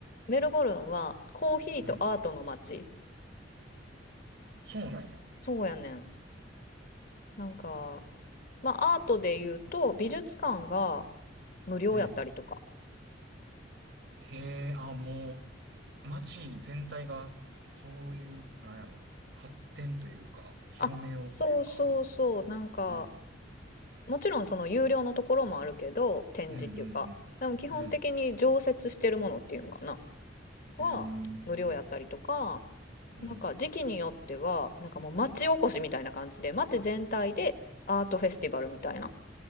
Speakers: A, on the left; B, on the right.
A: メルボルンはコーヒーとアートの街
B: うん。そうなんや。
A: そうやねんなんかまあアートで言うと美術館が無料やったりとか
B: うん。へえ、あ、もう、街全体が、そういう、なんやろ、発展というか、広めようというか。
A: あそうそうそうなんか
B: うん。
A: もちろんその有料のところもあるけど展示っていうかでも基本的に常設してるものっていうんかな
B: うんうんうん。うん。
A: は無料やったりとか、
B: うーん。うん。
A: なんか時期によっては、なんかもう町おこしみたいな感じで、町全体でアートフェスティバルみたいな。